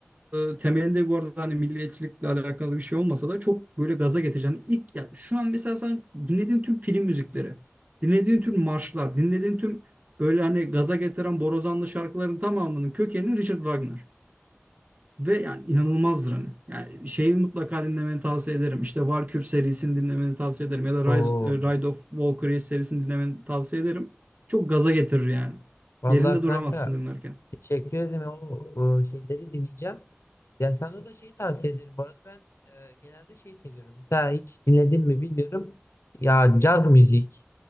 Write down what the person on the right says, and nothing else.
e, temelinde bu arada hani milliyetçilikle alakalı bir şey olmasa da çok böyle gaza getiren ilk ya şu an mesela sen dinlediğin tüm film müzikleri, dinlediğin tüm marşlar, dinlediğin tüm böyle hani gaza getiren borazanlı şarkıların tamamının kökeni Richard Wagner. Ve yani inanılmazdır hani. Yani şeyi mutlaka dinlemeni tavsiye ederim. İşte Valkür serisini dinlemeni tavsiye ederim. Ya da
Rise, e, Ride of Valkyrie serisini dinlemeni tavsiye ederim. Çok gaza getirir yani.
Yerinde
duramazsın dinlerken.